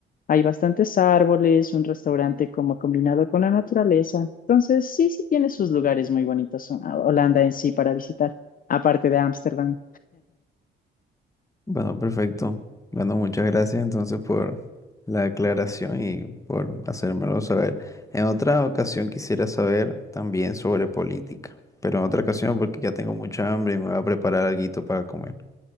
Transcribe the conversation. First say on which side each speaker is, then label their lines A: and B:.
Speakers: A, on the left (about 45°); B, on the left (about 15°).
A: hay bastantes árboles, un restaurante como combinado con la naturaleza. Entonces, sí, sí tiene sus lugares muy bonitos o- Holanda en sí para visitar, aparte de Ámsterdam.
B: Bueno, perfecto. Bueno, muchas gracias entonces por la aclaración y por hacérmelo saber. En otra ocasión quisiera saber también sobre política, pero en otra ocasión porque ya tengo mucha hambre y me voy a preparar alguito para comer.